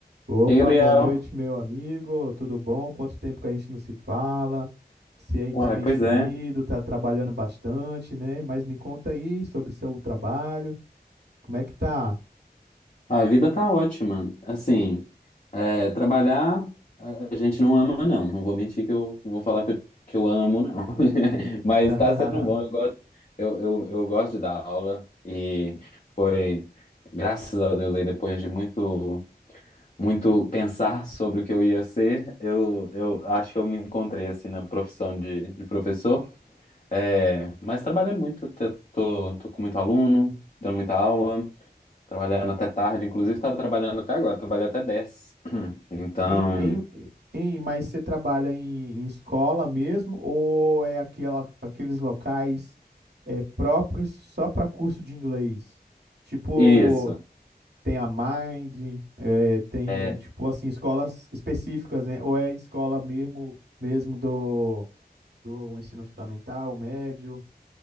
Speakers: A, on the right (about 85°); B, on the left (about 45°).
A: Opa,
B: Ei, Gabriel.
A: boa noite, meu amigo. Tudo bom? Quanto tempo que a gente não se fala? Você aí
B: Uai,
A: tá meio
B: pois
A: sumido,
B: é.
A: tá trabalhando bastante, né? Mas me conta aí sobre seu trabalho. Como é que tá?
B: A vida tá ótima. Assim, é, trabalhar a a gente não ama, não. Não vou mentir que eu vou falar que eu, que eu amo, não. <laughs> Mas
A: <laughs>
B: tá sendo bom. Eu gosto, eu, eu, eu gosto de dar aula e foi, graças a Deus, aí depois de muito, muito pensar sobre o que eu ia ser, eu, eu acho que eu me encontrei, assim, na profissão de, de professor. É, mas trabalhando muito, tô, tô tô com muito aluno, dando muita aula. Trabalhando até tarde, inclusive estava trabalhando até agora, trabalhei até 10. <clears throat> Então,
A: Hein, hein, hein, mas você trabalha em, em escola mesmo ou é aquela, aqueles locais é, próprios só para curso de inglês? Tipo,
B: isso.
A: Tem a Mind, é, tem,
B: É,
A: tipo assim, escolas específicas, né? Ou é a escola mesmo, mesmo do, do ensino fundamental, médio.